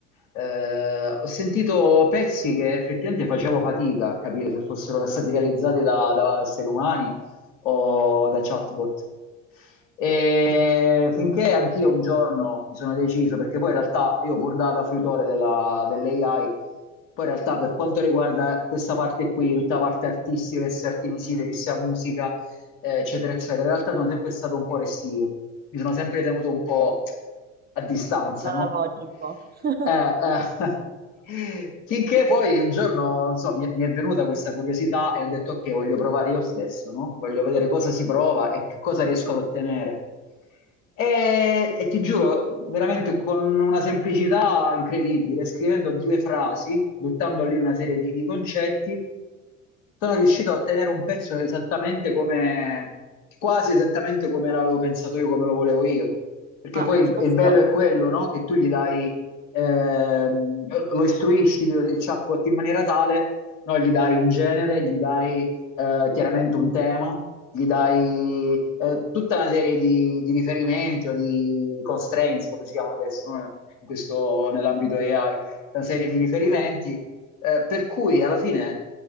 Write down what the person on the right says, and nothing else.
Analogico.
<laughs>
Ma
ti posso...